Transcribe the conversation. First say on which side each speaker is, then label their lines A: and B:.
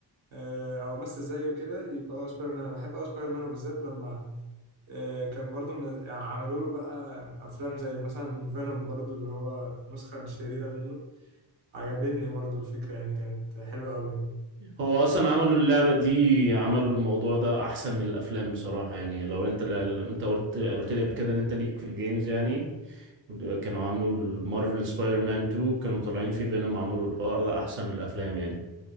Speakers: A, on the right; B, on the right.
A: آه او امثل زيه كده يبقى هو سبايدر مان انا بحب قوي سبايدر مان وبالذات لما آه كان برضو من- يعني عملوا له بقى افلام زي مثلا فينوم برضو اللي هو النسخة الشريرة منه عجبتني برضو الفكرة يعني كانت حلوة قوي
B: هو أصلا عملوا اللعبة دي عملوا الموضوع ده أحسن من الأفلام بصراحة يعني لو أنت ل... أنت قلت قلت لي قبل كده إن أنت ليك في الجيمز يعني كانوا عاملوا المارفل سبايدر مان 2 كانوا مطلعين فيه فينوم عملوا الحوار ده أحسن من الأفلام يعني